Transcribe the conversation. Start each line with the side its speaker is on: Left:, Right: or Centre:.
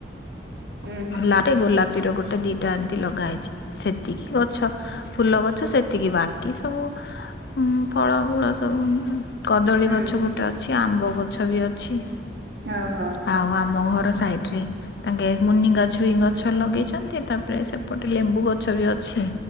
Right: ହୁଁ
Left: ଲାରେ ଗୋଲାପୀର ଗୋଟେ ଦିଟା ଏମ୍ ତି ଲଗା ହେଇଚି, ସେତିକି ଗଛ ଫୁଲ ଗଛ ସେତିକି, ବାକି ସବୁ ଫଳ ମୂଳ ସବୁ କଦଳୀ
Right: ହୁଁ
Left: ଗଛ ଗୋଟେ ଅଛି, ଆମ୍ବ ଗଛ ବି ଅଛି।
Right: ଅ ହ।
Left: ଆଉ ଆମ ଘର ସାଇଟରେ, ତାଙ୍କେ ମୁନିଙ୍ଗ ଛୁଇଁ ଗଛ ଲଗେଇଛନ୍ତି, ତାପରେ ସେପଟେ ଲେମ୍ବୁ ଗଛ ବି ଅଛି।